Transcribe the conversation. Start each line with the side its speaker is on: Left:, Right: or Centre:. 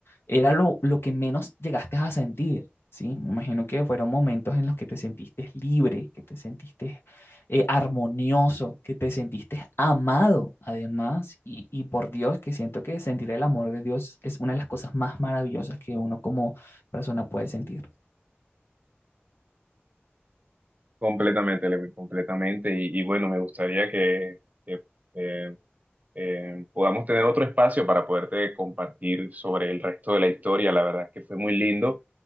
Left: era lo, lo que menos llegaste a sentir, ¿sí? Me imagino que fueron momentos en los que te sentiste libre, que te sentiste eh, armonioso, que te sentiste amado además. Y, y por Dios, que siento que sentir el amor de Dios es una de las cosas más maravillosas que uno como persona puede sentir.
Right: Completamente, Lewin, completamente. Y, y bueno, me gustaría que, que, eh, eh, podamos tener otro espacio para poderte compartir sobre el resto de la historia. La verdad es que fue muy lindo.